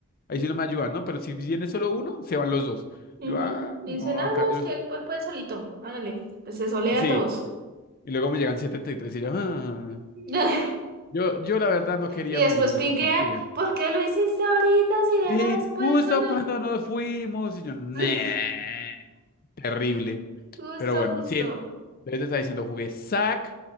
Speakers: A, on the left (about 45°); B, on the right (about 45°).
A: Ahí sí no me ayudan, ¿no? Pero si viene solo uno, se van los dos.
B: Ujú.
A: Yo, ah,
B: Y
A: no,
B: Dicen, ah,
A: acá
B: no,
A: yo,
B: es que él, él puede solito, hágale, pues se solea
A: sí.
B: a todos.
A: Y luego me llegan setenta y tres y yo, ah.
B: <laughs>
A: Yo, yo la verdad no quería
B: Y
A: vivir
B: después
A: en
B: pinguean,
A: esta partida.
B: ¿por qué lo hiciste ahorita si era
A: Sí,
B: después
A: justo
B: cuando...
A: cuando
B: <laughs>
A: nos fuimos. Y yo, "Nah".
B: Sí,
A: Terrible.
B: Justo,
A: Pero bueno,
B: justo.
A: sí. Entonces te está diciendo, jugué SAC.